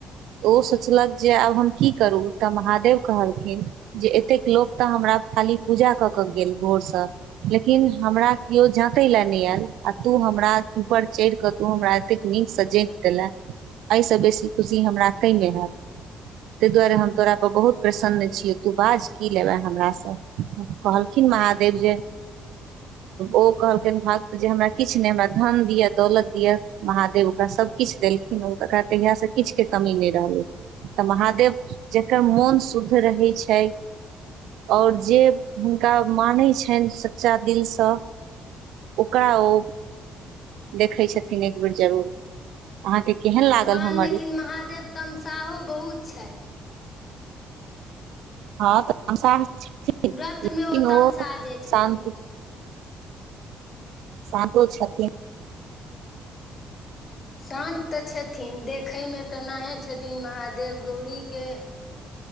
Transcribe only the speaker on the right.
ओ सोचलक जे आब हम की करू तऽ महादेव कह <unintelligible> एतेक लोक तऽ हमरा खाली पूजा कऽ के गेल भोर सँ लेकिन हमरा कियो जातैय लए नैय एयल आ तू हमरा ऊपर चैढ़ कऽ तू हमरा अतैक निक स जाइत देला। एय स बेसी खुशी हमरा केैय मे हेत तैय दुआरे हम तोरा पर बहुत प्रसन्न छियै तू बाज की लेबे हमरा से कहलखिन महादेव जे ओ कहलखिन भक्त जे हमरा किछ नैय हमरा धन दियअ दौलत दियअ महादेव ओकरा सब किछ देलखिन ओकरा तहिया सँ किछु के कमी नैय रहलै। तऽ महादेव जेकर मोन शुद्ध रहै छैय और जे हुनका मानै छैन सच्चा दिल सँ ओकरा ओ देखै छथिन एक बेर जरूर अहाँके केहन
लागल हमर
ई
हँ <unintelligible>
शांन्ति शान्तो छथिन